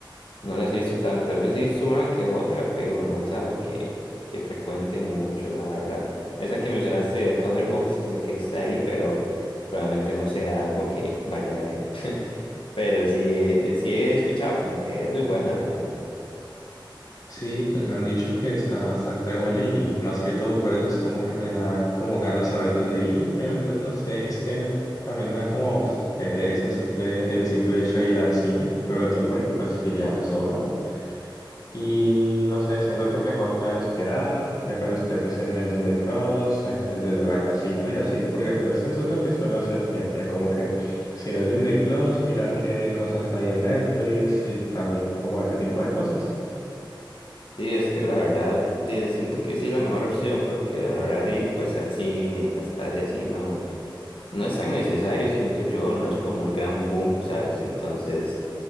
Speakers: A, on the left; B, on the left.
A: No las he visto tanto, tal vez he visto una que otra, pero no es algo que, que frecuente mucho, la verdad. Esa que mencionaste de Thunderbolt, sí sé que está ahí, pero probablemente no sea algo que vaya a ver. <laughs> Pero sí, he- sí he escuchado como que es muy buena, la verdad.
B: Sí, pues me han dicho que está bastante buena y más que todo por eso es como que me da como ganas a veces de ir, pero pues no sé, es que también me da como pereza simple, el simple hecho de ir al cine, sobre todo porque pues iría solo y no sé, siento que el mejor plan es esperar ya cuando esté pues en el Disney Plus, entre- desde la casita y así, porque pues eso es lo que suelo hacer siempre, como que si no es Disney Plus, mirar qué cosas hay en Netflix y también como ese tipo de cosas.
A: Sí, es que la verdad, di- siento que sí es la mejor opción, porque la verdad ir pues al cine, y gastar y así, no, no es tan necesario, siento yo, no es como el gran boom, ¿sabes? Entonces...